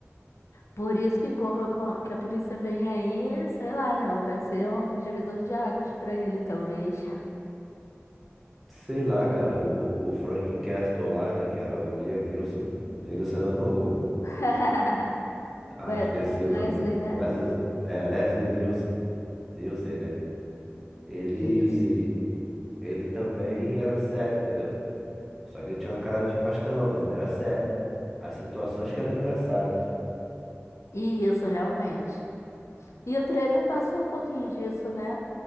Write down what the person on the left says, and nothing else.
Por isso que corra com- que a polícia vem aí, sei lá, não, vai ser um divisor de águas pra ele, talvez.
<laughs>
Ué,
Leslie,
né?
Isso.
Isso, realmente. E o trailer passou um pouquinho disso, né?